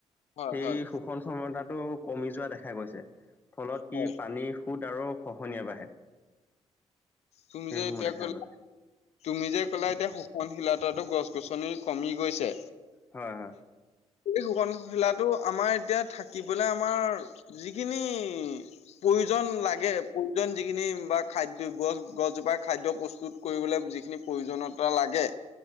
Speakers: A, on the left; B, on the left.
A: হয়
B: সেই
A: হয়
B: শোষণ ক্ষমতাটো কমি যোৱা দেখা গৈছে, ফলত কি
A: হয়
B: পানীৰ সুত আৰু খহনীয়া বাঢ়ে,
A: তুমি
B: সেইসমূহ
A: যে এতিয়া
B: দেখা
A: ক'লা
B: গৈ
A: তুমি যে কলা এতিয়া শোষণশীলতাতো গছ গছনি কমি গৈছে।
B: হয় হয়।
A: টোকণ খেলাটো আমাৰ এতিয়া থাকিবলে আমাৰ যিখিনি প্ৰয়োজন লাগে প্ৰয়োজন যিখিনি বা খাদ্য গছ গছজোপাই খাদ্য প্ৰস্তুত কৰিবলৈ বি যিখিনি প্ৰয়োজনীয়তা লাগে